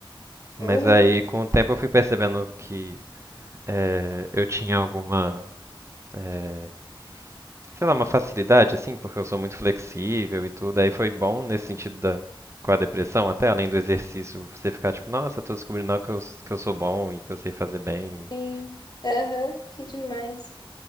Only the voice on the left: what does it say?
Uhum,
sim. Aham, que demais.